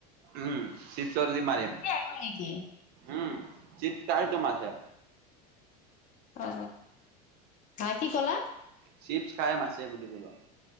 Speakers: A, on the right; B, on the left.
A: উম চিপছ্ দি মাৰিম
B: আহিব নেকি
A: উম চিপছ্ খায়টো মাছে।
B: অ হা কি ক'লা।
A: চিপছ্ খাই মাছে বুলি ক'লো।